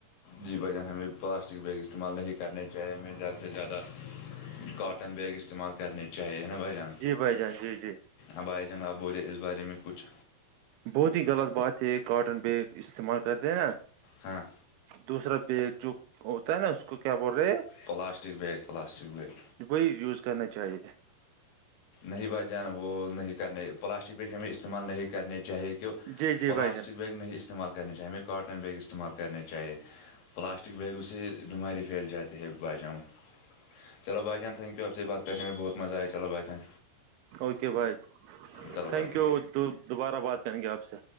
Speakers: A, on the left; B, on the right.
A: جی بھائی جان ہمیں پلاسٹک بیگ استعمال نہیں کرنے چاہی ہمیں زیادہ سے زیادہ کاٹن بیگ استعمال کرنے چاہیے نا بھائی جان
B: جی بھائی جان جی جی
A: آبائ جنگ آ بولے اس بارے میں کچھ
B: بہت ہی غلط بات ہے یہ کاٹن بیگ استعمال کرتے ہیں نا
A: ہاں
B: دوسرا بیگ جو ہوتا ہے نا اس کو کیا بول رہے
A: پلاسٹک بیگ پلاسٹک بیگ
B: وہی یوز کرنا چاہیے
A: نہیں بچ جانا وہ نہیں کرنے پلاسٹک پہ ہمیں استعمال نہیں کرنے چاہیے کہ
B: جی جی
A: پلاسٹک
B: بھائی جان
A: بیگ نہیں استعمال کرنے چاہیے ہمیں کااٹن بیگ استعمال کرنے چاہیے پلاسٹک بیگوں سے بیماری پھیل جاتی ہے با جؤں چلو بائی جان تھین یو آپ سے بات کرنے میں بہت مزہ آیا چلو بھائی تھین
B: اوکے بھائی
A: چلو
B: تھینک
A: بھائی جان
B: یو دوبارہ بات کریں گے آپ سے